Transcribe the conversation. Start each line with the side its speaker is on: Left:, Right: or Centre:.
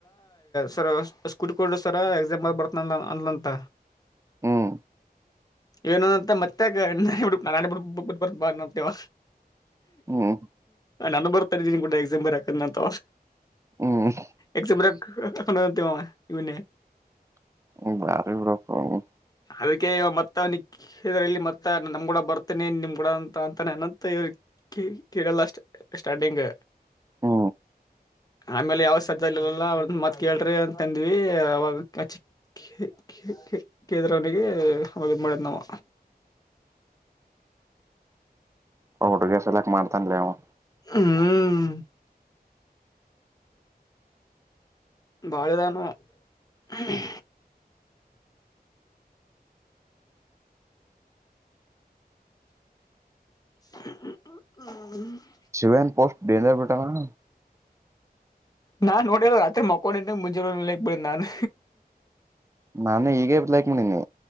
Left: ಸರ್ ಸ್ಕೂ ಸ್ಕೂಡ್ಡು ಸರ ಎಕ್ಸಾಮ್ ಆಗ ಬರ್ತಾನ ಅಲಂತ
Right: ಹ್ಮ್
Left: ಏನ ಅಂತ ಮತ್ತಾಗ ನ ಬಿ ನಾ ಬಿ ಬಿ ಬರ್ ಬ ಅಂತೇವ
Right: ಹ್ಮ್
Left: ನಾನು ಬರ್ತಾ ಇದೀನ ಕೂಡ ಎಕ್ಸಾಮ ಬರ್ಕಂದ ಅಂತ
Right: ಹ್ಮ್
Left: ಎಕ್ಸ್ ಬ್ರೆಕ್ <unintelligible> ಇವನೆ
Right: ಹ್ಮ್ ಬಾರಿ ಬೀಡಪ್ಪ್ ಅವನ್
Left: ಅದಕ್ಕೆ ಮತ್ತ ಅವನಿಗ್ ಇದರಲ್ಲಿ ಮತ್ತ ನಮ್ಗೂಡ ಬರ್ತಿನಿ ನಿಮ್ ಗೂಡ ಅಂತ ಅಂತಾನ ಎನಂತ ಇವಿಗೆ ಕಿ ಕಿಗಲ್ಲ ಅಷ್ಟ ಸ್ಟಾರ್ಟಿಂಗ್
Right: ಹ್ಮ
Left: ಆಮೇಲೆ ಯಾವ್ದ ಸಜಾಲ್ಲಿಲ್ಲ ಅವ ಒಂದ್ ಮಾತ್ ಕೇಳ್ರಿ ಅಂತ ತಂದ್ವಿ ಅವಾಗಚ್ಚಿ ಕೆ ಕೆ ಕೆ ಕೇಳದ್ರವನಿಗಿ ಅವಾಗಿದ್ ಮಾಡಿದ ನಾವ್
Right: ಅವ್ ಹುಡುಗೆ ಸೆಲೆಕ್ಟ್ ಮಾಡ್ತಾನ ಲೇ ಆವ್
Left: ಹ್ಮ ಬಾಳ ಇದಾನವ್ ಹ್ಮ್ <inaudible>
Right: ಶಿವೆನ್ ಪೋಸ್ಟ್ ಡೇಂಜರ್ ಬಿಟ್ಟಾನ್
Left: ನಾನ್ ನೋಡಿಲ್ಲ ರಾತ್ರಿ ಮಕ್ಕೊಂಡಿದ್ದೆ ಮುಂಜಾಲ್ ಹೋಗಿ ಲೈಕ್ ಮಾಡೀನ ನಾನು
Right: ನಾನು ಈಗೇ ಲೈಕ್ ಮಾಡೀನಿ